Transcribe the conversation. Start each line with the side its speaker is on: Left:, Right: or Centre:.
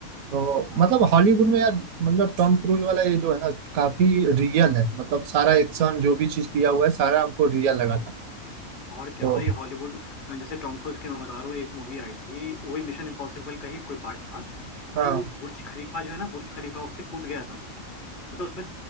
Right: तो
Left: हाँ,
Right: मतलब हॉलीवुड में यार मतलब टॉम क्रूज वाला ये जो है ना काफी रियल है मतलब सारा एक्शन जो भी चीज किया हुआ है सारा हमको रियल लगा था
Left: और क्या
Right: तो
Left: भाई हॉलीवुड जैसे टॉम क्रूज की मैं बता रहा हूँ एक मूवी आई थी वही मिशन इम्पॉसिबल का ही कोई पार्ट था भाई
Right: हाँ
Left: वो बुर्ज खलीफा जो है ना बुर्ज खलीफा उससे कूद गया था वो मतलब उसमें